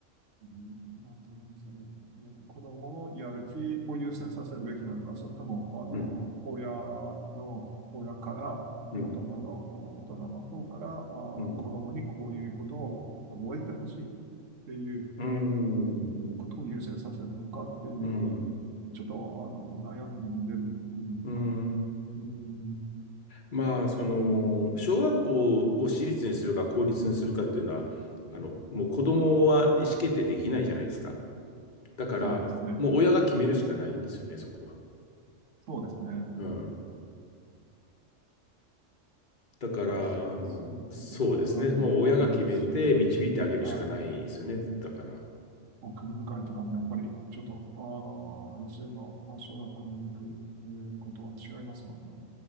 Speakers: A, on the right; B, on the left.
A: うんなんていうんですかね、えー子供のやる気を優先させるべきなのか、それとも、あの、
B: うん。
A: 親の、親から、
B: うん。
A: 大人の、大人の方から、あー、
B: うん。
A: 子供にこういうことを覚えてほしいっていう、
B: うーん。
A: えーことを優先させるのかっていう、
B: うん。う
A: ちょっと、あの、悩んでるっていうか、
B: ん。
A: うん
B: まあ、その、小学校を私立にするか公立にするかっていうのは、あの、もう子供は意思決定できないじゃないですか。だから、
A: そうですね。
B: もう親が決めるしかないんですよね、そこは。
A: そうですね。
B: うん。だから、
A: まあ、金銭的な問題もありますし、
B: うん、そうですね。もう親が決めて導いてあげるしかないですよね。
A: はい。
B: だから。
A: まあり向迎えとかもやっぱり、ちょっと、あの、普通のあ小学校に行く、えーことは違いますもんね。